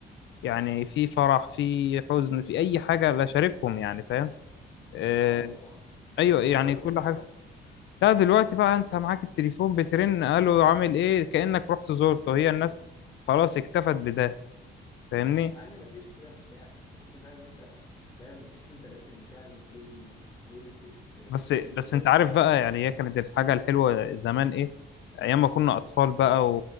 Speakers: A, on the left (about 70°); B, on the left (about 20°).
A: يعني في فرح في حزن في اي حاجة لا اشاركهم يعني فاهم آه،
B: اه طبعا
A: ايوه
B: دلوقتي
A: يعني
B: بقى
A: كل
B: بيحصل
A: حاجه لا دلوقتي بقى انت معاك التليفون بترن الو عامل ايه كانك رحت زرته هي الناس خلاص اكتفت بده فاهمني
B: اه مع ان مفيش كده مشاعر تحس فاهم ان انت فاهم تحس ان انت لغيت المشاعر من قلوب الناس هي دي الفكره آه، السوشيال
A: بس بس
B: ميديا
A: انت عارف بقى يعني هي كانت الحاجه الحلوه زمان ايه ايام ما كنا
B: ايه
A: اطفال بقى و...